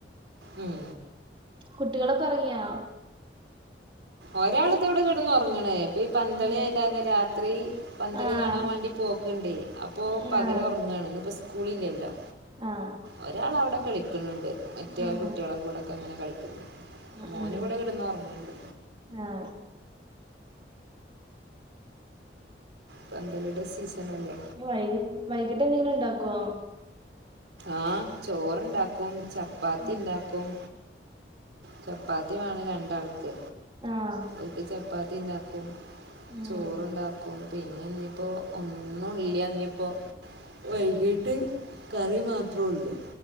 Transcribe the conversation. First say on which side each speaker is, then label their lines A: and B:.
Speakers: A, on the right (about 85°); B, on the right (about 30°).
A: ഉം
B: കുട്ടികളൊക്കെ ഒറങ്ങിയോ
A: ഒരാള് താ ഇവ്ടെ കെട്ന്നൊർങ്ങ്ണ് ഇപ്പൊ ഈ പന്തളിആയ
B: ഉം
A: കാരണം രാത്രി പന്തളി
B: ആഹ്
A: കാണാൻ വേണ്ടി പോക്ക്ണ്ടേ അപ്പോ
B: ഉം
A: പകലൊർങ്ങാണ്
B: ആഹ്
A: ഇന്ന്പ്പോ സ്കൂളില്ലല്ലോ
B: ആഹ്
A: ഒരാൾ അവിടെ കളിക്ക്ണു ണ്ട് മറ്റേ
B: ഉം
A: ആ കുട്ട്യാളെ കൂടൊക്കെങ്ങനെ കളിക്ക്‌ ണ്ട്.
B: ഉം
A: മോന്
B: ഉം
A: വിടെ കെടന്നൊറങ്ണ്ട്
B: ആഹ്
A: പന്തളിടെ സീസണല്ലേ
B: ഞ് വൈകി വൈകിട്ടെ ന്തെങ്കിലും ണ്ടാക്കോ
A: ആഹ് ചോറ് ണ്ടാക്കും ചപ്പാത്തി
B: ഉം
A: ണ്ടാക്കും ചപ്പാത്തി വേണം രണ്ടാൾക്ക്
B: ആഹ്
A: ഓൽക്ക് ചപ്പാത്തി ണ്ടാക്കും
B: ഉം
A: ചോറ്ണ്ടാക്കും പിന്നെ ഞ്പ്പോ ഒന്നുംല്ല ഞ്പ്പോ വൈകീട്ട് കറി മാത്രൊള്ളൂ